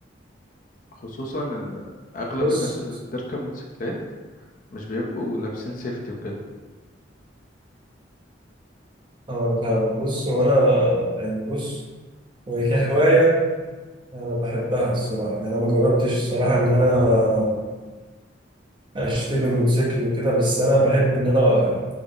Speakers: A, on the left (about 45°); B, on the right (about 25°).
A: خصوصا ان اغلب
B: بص
A: الناس اللي بتركب موتوسيكلات مش بيبقوا لابسين سيفتي وكده
B: اه انا فاهمك بص وانا يعني بص هو كهوايه انا بحبها الصراحه يعني انا ما جربتش الصراحه ان انا اشتري موتوسيكل وكده بس انا بحب ان انا